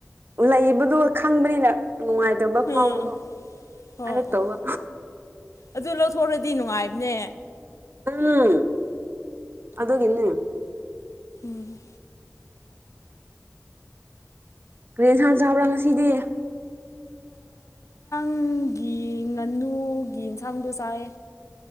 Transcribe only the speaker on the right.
ꯂꯩꯕꯗꯨ ꯈꯪꯕꯅꯤꯅ ꯅꯨꯡꯉꯥꯏꯇꯕ ꯐꯥꯎꯕꯗꯣ
ꯑꯔꯛꯇꯧꯕ
ꯎꯝ ꯑꯗꯨꯒꯤꯅꯦ
ꯀꯦꯖ ꯍꯥꯟ ꯁꯥꯕꯔꯥꯅꯁꯤꯗꯦ